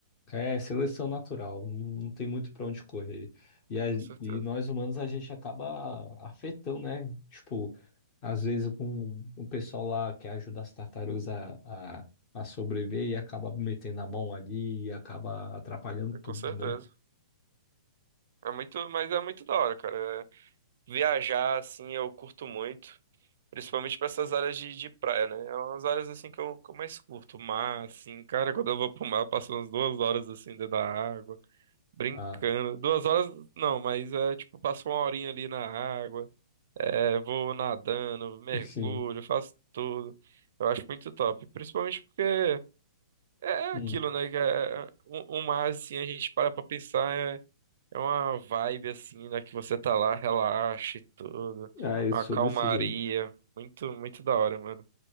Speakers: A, on the left; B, on the right.
A: É seleção natural, não não tem muito para onde correr. E, a-
B: Com certeza,
A: e nós humanos a gente acaba afetando, né? Tipo, às vezes com o pessoal lá que ajuda as tartarugas a, a, a sobreviver e acaba metendo a mão ali e acaba atrapalhando tudo,
B: é, com certeza.
A: né?
B: É muito, mas é muito da hora, cara. É, viajar, assim, eu curto muito. Principalmente para essas áreas de, de praia, né? É umas áreas assim que eu, que eu mais curto. O Mar, assim, cara, quando eu vou pro mar, eu passo umas duas horas assim dentro da água, brincando.
A: Ah,
B: Duas horas não, mas é tipo, passo uma horinha ali na água, é, vou nadando, mergulho,
A: sim.
B: faço tudo. Eu acho muito top. Principalmente porque é, é
A: Hum.
B: aquilo, né? Que é, o, o mar, assim, a gente para pra pensar, é, é uma vibe assim, né? Que você tá lá, relaxa e tudo.
A: Ah, eu
B: Uma
A: sou
B: calmaria.
A: desse jeito.
B: Muito, muito da hora, mano.